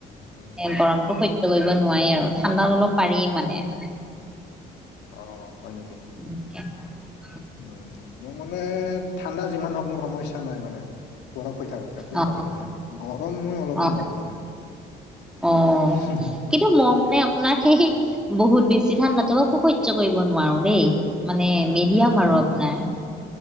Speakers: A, on the left; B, in the centre.
A: উম
B: গৰমতটো সহ্য কৰিব নোৱাৰি আৰু ঠাণ্ডাতো অলপ পাৰি মানে।
A: অ', হয় নেকি?
B: উ <unintelligible>
A: উ মোৰ মানে ঠাণ্ডা যিমান হওঁক মোৰ সমস্যা নাই মানে। বৰফ হৈ থাকক একো
B: অ
A: প্ৰব্লেম নাই, গৰম মই অলপো
B: অ
A: নোৱাৰোঁ মানে।
B: অ',
A: হ <unintelligible>
B: কিন্তু মই মানে আপোনাৰ সেই বহুত বেছি ঠাণ্ডাটো আকৌ সহ্য কৰিব নোৱাৰো দেই। মানে মিডিয়াম
A: হয়
B: আৰু আপোনাৰ।